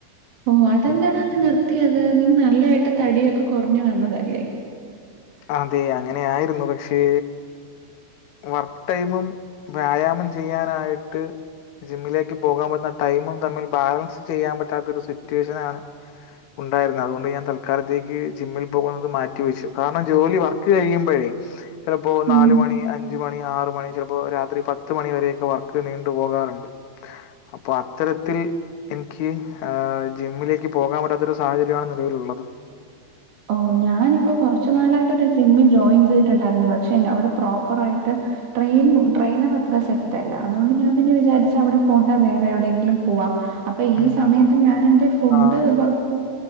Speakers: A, on the right; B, on the left.
A: ഓ അതെന്താടാ നീ നിർത്തിയത് നീ നല്ലായിട്ട് തടിയൊക്കെ കൊർഞ്ഞ് വന്നതല്ലേ
B: അതെ അങ്ങനെ ആയിരുന്നു പക്ഷേ വർക്ക് ടൈമും വ്യായാമം ചെയ്യാനായിട്ട് ജിമ്മിലേക്ക് പോകാൻ വന്ന ടൈമും തമ്മിൽ ബാലൻസ് ചെയ്യാൻ പറ്റാത്ത ഒരു സിറ്റുവേഷൻ ആണ് ഉണ്ടായിര്ന്നെ അതുകൊണ്ട് ഞാൻ തൽക്കാലത്തേക്ക് ജിമ്മിൽ പോകുന്നത് മാറ്റിവെച്ചു കാരണം ജോലി വർക്ക് കഴിയുമ്പഴേ ചെലപ്പോ നാല്
A: ഉം
B: മണി അഞ്ച് ഞ്ച് മണി ആറുമണി ചെലപ്പോ രാത്രി പത്തുമണി വരെയൊക്കെ വർക്ക് നീണ്ടു പോകാർണ്ട് അപ്പൊ അത്തരത്തിൽ ഇൻക്ക് ഏ ജിമ്മിലേക്ക് പോകാൻ പറ്റാത്ത ഒര് സാഹചര്യാണ് നിലവിലുള്ളത്
A: ഓ ഞാനിപ്പോ കൊറച്ച് നാളായിട്ട് ഒരു ജിമ്മിൽ ജോയിൻ ചെയ്തിട്ട് ഇണ്ടാർന്നു പക്ഷെ നൊ അവിടെ പ്രോപ്പർ ആയിട്ട് ട്രെയ്ൻ ട്രെയ്നർ അത്ര സെറ്റ് അല്ല അതോണ്ട് ഞാൻ പിന്നെ വിചാരിച്ചവിടെ പോ ണ്ട വേറെ എവിടെയെങ്കിലും പോവാം അപ്പൊ ഈ
B: ഉം
A: സമയത്ത് ഞൻ എന്റെ ഫുഡ്
B: ആഹ്
A: കൊർച്ച്